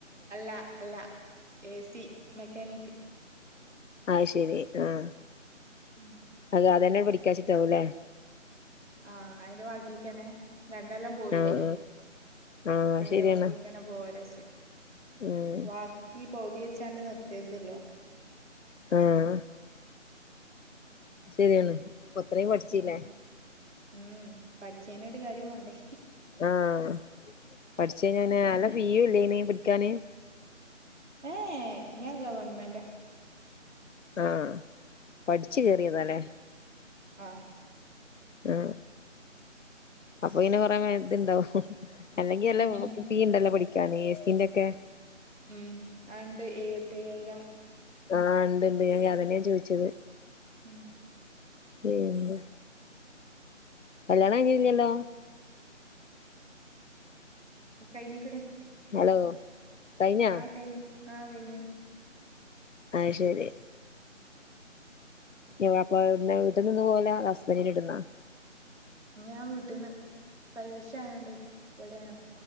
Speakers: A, on the right; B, on the left.
A: അല്ലാ അല്ലാ എസി മെക്കാനിക്
B: ആഹ ശരി ആഹ
A: ഉം
B: അതെ അതെന്നെ പിഠിക്കാച്ചിട്ടാവൂല്ലെ
A: ആഹ അയിന്റെ ബാക്കിക്കനെ രണ്ടൊ ല്ലം പോയില്ലേ
B: ആഹ്
A: അ
B: ആഹ് ആഹ്
A: അയിന്റെ
B: ശരിയാണ്
A: ബാക്കിക്ക്ന്നെ പോവാലോച്
B: ഉം
A: ബാക്കി പൗതി വെച്ചാണ്ട് നിർ തിതില്ലോ
B: ആഹ ശരിയാണ് അ ത്രയും പഠിച്ചീലെ
A: ഉം ഉം പഠിച്ചേനൊരു കാര്യം വേണ്ടേ
B: ആഹ പഠിച്ചയ്ഞ്ഞ പിന്നെ നല്ല ഫീ ഇല്ല്യയന്‌ പഠിക്കാന്
A: ഏ ഞാൻ ഗവൺമെന്റെ
B: ആഹ പഠിച്ചു കേറിയതാല്ലേ
A: ആഹ
B: ആഹ് അപ്പൊ ഇങ്ങനെ കൊറെേ ഇതുണ്ടാവും അല്ലെങ്കി അല്ല
A: ഉം
B: ഫീ ഉണ്ടല്ല പഠ എസിൻന്റെക്കെ
A: ഉം ആണ്ട് എഴുപത്തയ്യായിരം
B: ആ ഉണ്ട് ഇണ്ട് ഞാൻ അതന്നെയാ ചോദിച്ചത്.
A: ഉം
B: ഏന്ത് കല്യാണം കഴിഞ്ഞില്ലല്ലോ?
A: കഴിഞ്ഞ്ക്ക്ണ്
B: ഹലോ കഴിഞ്ഞോ
A: ആ കഴിഞ് ആ കഴിഞ്ഞ്ണ്
B: അഹ് ശെരി എ <unintelligible> അപ്പവ്ട്ന്നെ‌ വീട്ട് ന്ന്ന്ന് പോകലാ അതോ ഹസ്ബന്റിന്റെ വീട്ട്ന്നോ?
A: ഞാ വീട്ട്ന്ന് പരീക്ഷായോണ്ട് ഇവടേണ്.